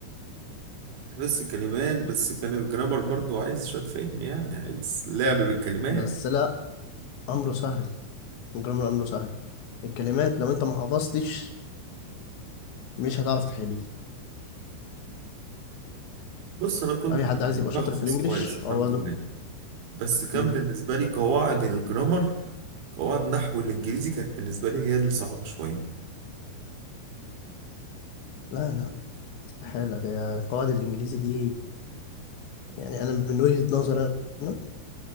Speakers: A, on the right; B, on the left.
A: بس كلمات بس كان الجرامر برضه عايز شويه فهم يعني عايز لعب بالكلمات
B: بس لا أمره سهل الجرامر أمره سهل الكلمات لو أنت ما حفظتش مش هتعرف تحل
A: بص انا كنت
B: أي حد عايز
A: بحفظ
B: يبقى شاطر في الإنجليش
A: كويس الحمد
B: هو ده
A: لله بس كان
B: مم.
A: بالنسبه لي قواعد الجرامر قواعد نحو الانجليزي كانت بالنسبه لي هي اللي صعبه شويه
B: لا لا استحالة ده قواعد الإنجليزي دي يعني أنا من وجهة نظري أنا